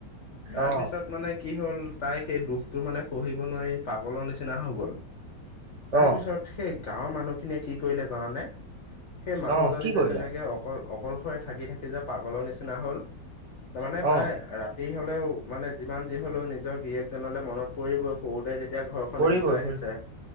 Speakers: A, on the left; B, on the right.
A: তাৰপিছত
B: অ
A: মানে কি হ'ল, তাই সেই দুখটো মানে সহিব নোৱাৰি পাগলৰ নিচিনা হৈ গ'ল।
B: অ
A: তাৰপিছত
B: অ
A: সেই গাঁৱৰ মানুহখিনিয়ে কি কৰিলে জানানে? সেই মানুহজনী
B: অ কি
A: যে
B: কৰিলা
A: তেনেকে অকল-অকলশৰে থাকি থাকি যে পাগলৰ নিচিনা হ'ল, মানে তাই
B: অ
A: ৰাতি তি হ'লেও মানে যিমান যি হ'লেও নিজৰ গিৰিয়েকজনলৈ মনত পৰিবই, সৰুতে যেতি তিয়া ঘৰখন
B: পৰিবই
A: এৰি থৈ আহিছে।
B: পৰিব